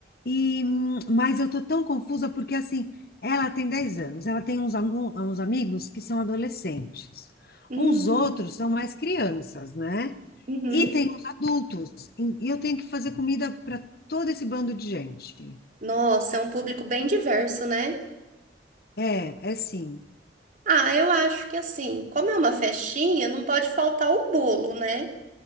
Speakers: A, on the left; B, on the right.
A: E, hum, mas eu tô tão confusa porque, assim, ela tem 10 anos, ela tem uns, alu- uns amigos que são adolescentes,
B: Hum,
A: uns outros são mais crianças, né?
B: uhum.
A: E tem os adultos, e e eu tenho que fazer comida para todo esse bando de gente.
B: Nossa, é um público bem diverso, né?
A: É, é sim.
B: Ah, eu acho que assim, como é uma festinha, não pode faltar o bolo, né?